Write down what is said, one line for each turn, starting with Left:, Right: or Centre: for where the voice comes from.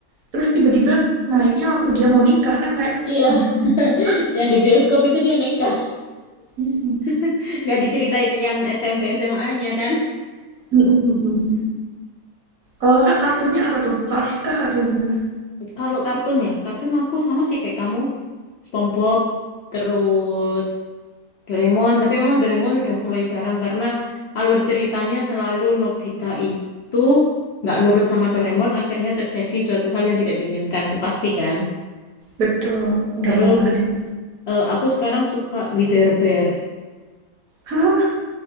Right: terus tiba-tiba naiknya waktu dia mau nikah kan kayak
Left: Iya,
Right: wih gila
Left: <laughs>
Right: banget.
Left: yang di bioskop itu dia nekat.
Right: Mm-mm.
Left: <laughs> Nggak diceritain kan SMP SMA-nya kan?
Right: Mm-mm, kalau kak kartunya apa tuh Cars kah atau gimana
Left: Kalau kartun ya, kartun aku sama sih kayak kamu. SpongeBob, terus Doraemon. Tapi memang Doraemon udah mulai jarang karena alur ceritanya selalu Nobita itu nggak nurut sama Doraemon, akhirnya terjadi suatu hal yang tidak diinginkan, itu pasti kan.
Right: Betul, gampang
Left: Terus
Right: banget itu.
Left: eh, aku sekarang suka We Bare Bear.
Right: Hah,